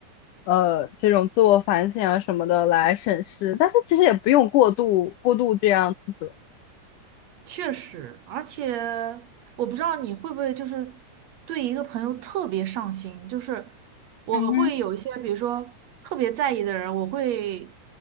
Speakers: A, on the left; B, on the right.
A: 呃这种自我反省啊什么的来审视，但是其实也不用过度过度这样自责
B: 确实，而且我不知道你会不会就是对一个朋友特别上心，就是我会有一些，
A: 嗯哼，
B: 比如说特别在意的人，我会